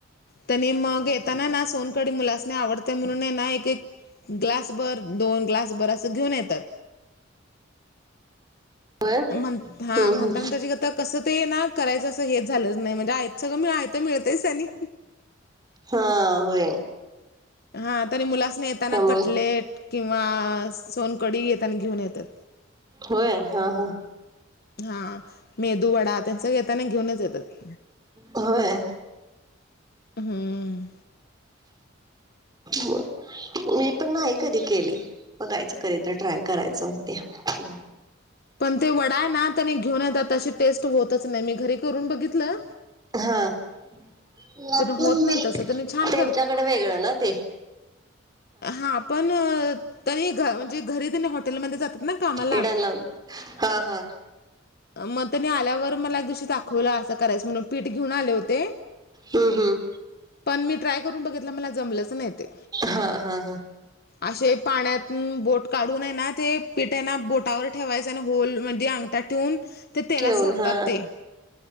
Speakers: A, on the left (about 55°); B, on the right (about 20°).
A: त्यांनी मग येताना ना सोनकढी मुलांसनी आवडते म्हणून हाय ना एक एक ग्लासभर दोन ग्लासभर असं घेऊन येतात
B: होय हम्म
A: मंत हा म्हणताना
B: हम्म
A: त्यांचीगत तर कसं ते ना करायचं असं हेच झालंच नाही म्हणजे आयंत सगळं आयंत मिळतयचं आणि
B: हा होय
A: हा तरी मुलांसनी येताना
B: त्यामुळे
A: कटलेट किंवा सोनकढी येताना घेऊन येतात
B: होय हा हा
A: हा मेदू वडा त्यांच येताना घेऊनच येतात
B: होय
A: हम्म
B: मग मी पण नाही कधी केली बघायचं कधी तर ट्राय करायचं होत्या
A: पण ते वडाय ना आणि घेऊन येतात तशी टेस्ट होतच नाही मी घरी करून बघितलं
B: हां <unintelligible>
A: पण होत नाही तसं त्यांनी छान
B: त्यांच्याकडे वेगळं ना ते
A: हा पण तेनी म्हणजे घरी तिनी हॉ - टेलमध्ये जातात ना कामाला
B: इडान लावून हा हा.
A: मग तेनी आल्यावर मला एक दिवशी दाखवलं असं करायचं म्हणून पीठ घेऊन आले होते
B: हम हम
A: पण मी ट्राय करून बघितलं मला जमलंच नाही ते
B: हा हा हा
A: असे पाण्यातन बोट काढून आहे ना ते पिठ आहे ना बोटावर ठेवायचं आहे ना होलमध्ये अंग त्यात ठेूऊन ते तेलात
B: ठेवून
A: सोडतात
B: हा.
A: ते